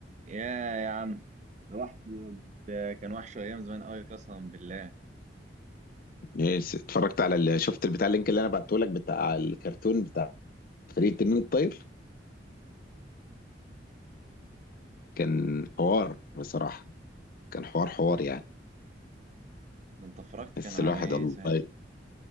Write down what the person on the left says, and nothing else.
ايه س- اتفرجت على ال... شفت البتاع اللينك اللي انا بعته لك بتاع الكرتون بتاع فريق تنين الطاير كان حوار بصراحة كان حوار حوار يعني
بس
الواحد
الله